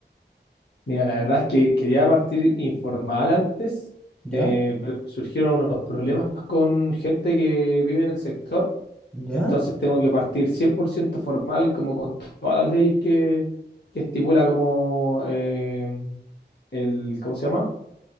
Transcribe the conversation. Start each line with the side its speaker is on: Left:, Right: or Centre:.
Left: Mira, la verdad es que quería partir informal antes,
Centre: ¿Ya?
Left: eh,
Centre: Sí.
Left: pero surgieron unos problemas con gente que vive en el sector,
Centre: ¿Ya?
Left: entonces tengo que partir 100% formal, como con todas las leyes que, que estipula como eh, el, ¿cómo se llama?